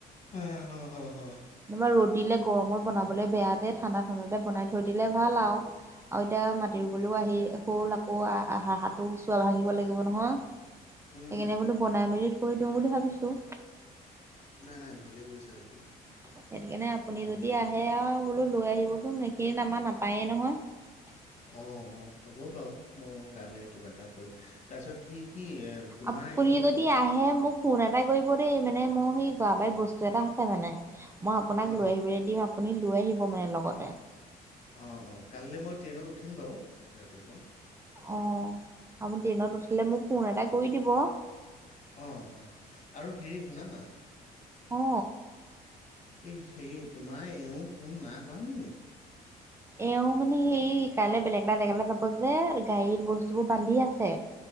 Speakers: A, on the left; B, on the right.
A: উম হু হু হু
B: তোমাৰ ৰ'দ দিলে গৰমত বনাবলৈ বেয়াে ঠাণ্ডা ঠাণ্ডাতে বনাই থৈ দিলে। ভাল আওঁ আৰু এতিয়া মাটি বলৈও আহি, ফুল আকৌ আহা হাঁটো চোৱা ভাঙিব লাগিব নহয়। সেইকাৰণনে
A: উম
B: বোলো বনাই মেলি কৈ দিওঁ বুলি ভাবিছো।
A: নাই নাই ভালে কৰিছা সেইটো।
B: সেইটো কাৰণে আপুনি
A: খুব ধুনীয়া
B: যদি আহে
A: কথা
B: আৰু বোলো লৈ আহিবচোন এইখিন আমাৰ মা পায়ে নহয়
A: অ অ হ'ব বাৰু মই কাইলৈ কিবা এটা কৰিম তাৰপিছত সি কি এ তোমাৰ
B: আপুনি
A: এওঁ
B: যদি আহে মোক ফোন এটা কৰিব। দেই মানে মোৰ সি যোৱাবাৰ বস্তু এটা আছে মানে। মই আপোনাক
A: হ হ
B: লৈ আহিবলৈ দিম। আপুনি লৈ আহিব মানে লগতে।
A: অ অ কাইলৈ মই ট্ৰেইনত উঠিম বাও ৰাতিপুৱা
B: অ আৰু ট্ৰেইনত উঠিলে মোক ফোন এটা কৰি দিব।
A: অ অ আৰু হেৰি শুনা না
B: অ
A: এই হে তোমাৰ এওঁ ফোন নাই কৰা নি?
B: এওঁ মানে সেই কাইলে বেলেগ এটা জেগালৈ যাব যে গাড়ীত বস্তুবোৰ বান্ধি আছে।